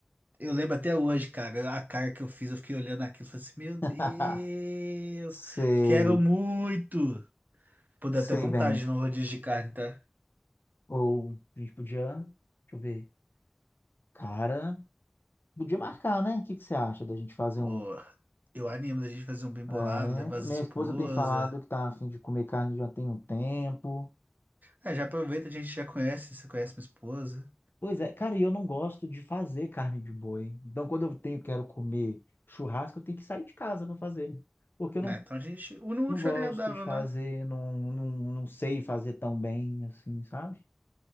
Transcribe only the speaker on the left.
<laughs> Sei.
Sei
bem.
Ou a gente podia. Deixa eu ver. Cara, podia marcar, né? O que que você acha da gente fazer
um?
É,
minha
esposa tem falado que tá a fim de comer carne já tem um tempo.
Pois é, cara, e eu não gosto de fazer carne de boi. Então, quando eu tenho, quero comer churrasco, eu tenho que sair de casa para fazer. Porque eu
não,
não
gosto
de fazer,
não, não, não sei fazer tão bem, assim, sabe?